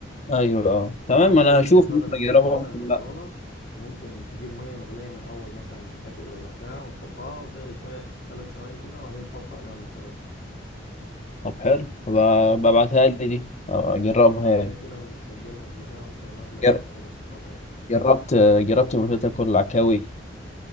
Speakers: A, on the left; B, on the left.
A: ايوه اه
B: ولو
A: تمام
B: عايز
A: انا
B: تنجز
A: هشوف
B: بدل
A: ممكن
B: ما
A: اجربها
B: تغلي مثلا
A: ممكن
B: المكرونه
A: لا
B: ممكن تجيب ميه مغليه من الاول مثلا من الكاتل ولا بتاع وتحطها وتغلي شويه في ثلاث ثواني كده وبعدين تحط عليها المكرونه
A: طب حلو ب- ببعتها لي دي أه، اجربها
B: آه،
A: يعني
B: كده كده مسجلها في بتاع ممكن ابعت لك
A: جر-
B: كتاب الوصفات يعني
A: جربت جربت ملوخية اكل العكاوي